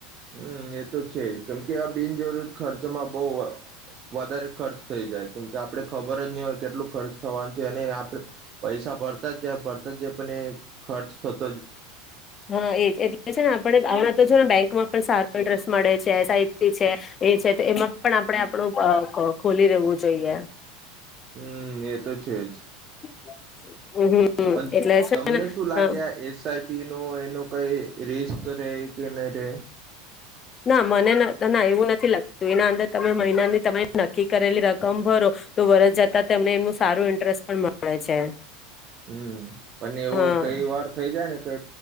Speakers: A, on the right (about 40°); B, on the left (about 30°).
A: હમ એ તો છે જ કેમકે આ બિનજરૂરી ખર્ચમાં બો વધારે ખર્ચ થઈ જાય કેમકે આપણે ખબર જ નહી હોય કેટલું ખર્ચ થવાનું છે અને આપણે પૈસા ભરતા જ જાય ભરતા જ જાય પણ એ ખર્ચ થત
B: હા એજ એટલે છે ને આપણને. <unintelligible> તો જોને બેંકમાં પણ સારો ઇન્ટરેસ્ટ મળે છે એસઆઈપી છે એ છે તો એમાં પણ આપણે આપણું ખોલી રહેવું જોઈએ.
A: હમ એ તો છે જ.
B: <inaudible>
A: પણ
B: એટલે છે
A: તમને
B: ને
A: શું લાગે
B: અ
A: આ એસ પીનો એનો કઈ રિસ્ક રે કે નહી રે
B: ના મને ના એવું નથી લાગતું એના અંદર તમે મહિનાની તમે નક્કી કરેલી રકમ ભરો તો વરસ જતા તમને એનું સારું ઇન્ટરેસ્ટ પણ મળે છે.
A: હમ્મ અને એવું
B: હા
A: કઈ વાર થઇ જાય ને કે